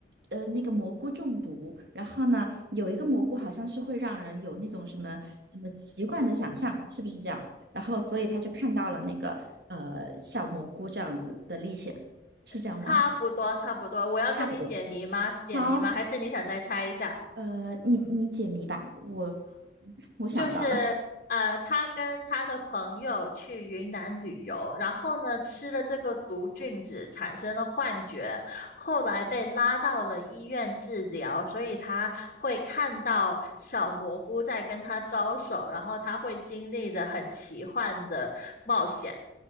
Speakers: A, on the right; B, on the left.
A: 呃那个蘑菇中毒，然后呢，有一个蘑菇好像是会让人有那种什么什么奇幻的想象，是不是这样？然后所以他就看到了那个呃小蘑菇这样子的历险，是这样吗？
B: 差不多差不多，
A: <laughs>
B: 我要跟你解谜吗？
A: 差不多。
B: 解谜吗？
A: 好，
B: 还是你想再猜一下？
A: 呃，你你解谜吧，我我想不到了。
B: 就是呃，他跟他的朋友去云南旅游，然后呢吃了这个毒菌子，产生了幻觉，后来被拉到了医院治疗，所以他会看到小蘑菇在跟他招手，然后他会经历的很奇幻的冒险。